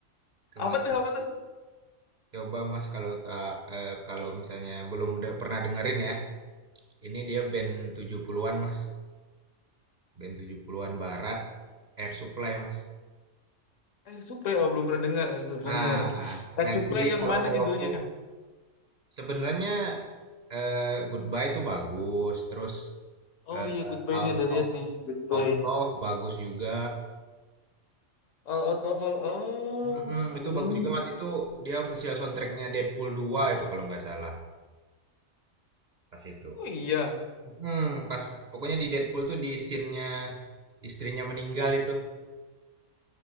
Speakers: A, on the right; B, on the left.
A: Ke Mas.
B: Apa tuh apa tuh?
A: Coba Mas kalau ta- eh, kalau misalnya belum de- pernah dengerin ya. Ini dia band 70-an Mas. Band 70-an Barat, Air Supply Mas.
B: Air Supply, oh belum pernah dengar, belum pernah
A: Nah,
B: dengar. Air
A: nanti
B: Supply yang
A: kalau
B: mana
A: ada
B: judulnya?
A: waktu sebenarnya eh, Goodbye itu bagus, terus eh,
B: Oh iya, Goodbye
A: Out
B: ini ada lihat
A: of
B: nih, Goodbye.
A: Out Love bagus juga.
B: All out of love. Oh,
A: Mm-mm,
B: hmm.
A: itu bagus juga Mas itu dia official soundtracknya Deadpool dua itu kalau nggak salah pas itu.
B: Oh iya,
A: Mhm, pas pokoknya di Deadpool tuh di scene-nya istrinya meninggal itu,